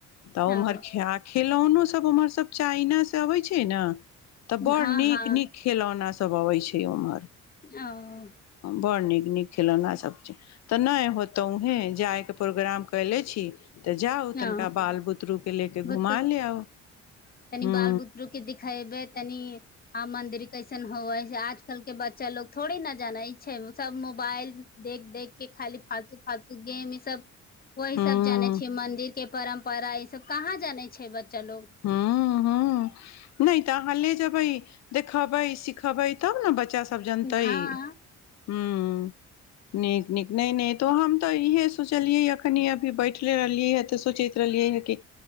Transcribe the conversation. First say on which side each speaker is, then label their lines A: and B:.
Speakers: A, on the left; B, on the left.
A: तऽ उमहर
B: ओ
A: खियाक खेलौनो सब उम्हर सब चाइना से अबै छै ने तऽ बड़
B: हँ
A: नीक
B: हँ
A: नीक खेलौना सब अबै छै ओम्हर
B: आँ ओ
A: बड्ड नीक नीक खेलौना सब तऽ नहि होतौ उहे जायके प्रोग्राम कयले छी तऽ जाउ तनिका
B: ओ
A: बाल बुतरू के लेके
B: हँ
A: घुमा ले आउ
B: तनि
A: हूँ
B: बाल बुदरु के देखैबय तनि आ मन्दिर कैसन होवै आजकल के बच्चा लोग थोड़े ने जानै छै सब मोबाइल देख देख के खाली फालतू फालतू गेम ई सब वही
A: हूँ
B: सब जाने छी मंदिर के परम्परा ई सब कहाँ जानै छै बच्चा लोग
A: हूँ हूँ नहि तऽ अहाँ ले जेबै देखबै सिखबै तब ने बच्चा सब सब जनतै
B: हँ
A: हूं नीक नीक नहि नहि तो हम तऽ इहे सोचलियै अखनी अभी बैठले रहलिय ह तऽ सोचय रहलियै है कि